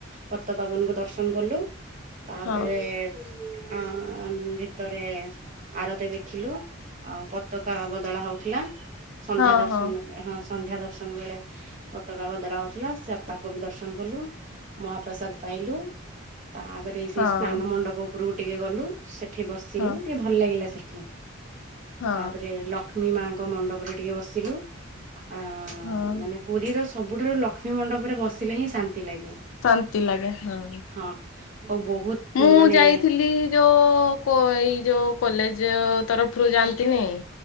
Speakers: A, on the right; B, on the left.
A: ପତିତପାବନକୁ ଦର୍ଶନ କଲୁ। ତାପରେ
B: ହଁ
A: ଅ ଭିତରେ ଆରତୀ ଦେଖିଲୁ ଆଉ ପତକା ବଦଳା ହେଉଥିଲା। ସନ୍ଧ୍ୟା
B: ହଁ
A: ଦର୍ଶନ
B: ହଁ
A: ହଁ। ସନ୍ଧ୍ୟା ଦର୍ଶନ ବେଳେ ପତାକା ବଦଳା ହଉଥିଲା ସେ ତାଙ୍କୁ ବି ଦର୍ଶନ କଲୁ ମହାପ୍ରସାଦ ପାଇ ଖାଇଲୁ। ତାପରେ ସେଇ
B: ହଁ
A: ସ୍ନାନ ମଣ୍ଡପ ଉପରକୁ ଟିକେ ଗଲୁ ସେଠି ବସିଲୁ
B: ହଁ
A: ଟିକେ ଭଲ ଲାଗିଲା ସେଠି।
B: ହଁ
A: ତାପରେ ଲକ୍ଷ୍ମୀ ମାଙ୍କ ମଣ୍ଡପରେ ଟିକେ ବସିଲୁ। ଅ
B: ହଁ
A: ମାନେ ପୁରୀର ସବୁଠାରୁ ଲକ୍ଷ୍ମୀ ମଣ୍ଡପରେ ବସିଲେ ହିଁ ଶାନ୍ ଲାଗିବ
B: ଶାନ୍ତି ଲାଗେ ହଁ।
A: ହଁ। ଆଉ ବହୁତ
B: ମୁଁ
A: ମାନେ
B: ଯାଇଥିଲି ଯୋଉ ଏଇ ଯୋଉ କଲେଜ। ଜ ତରଫରୁ ଯାଆନ୍ତିନି।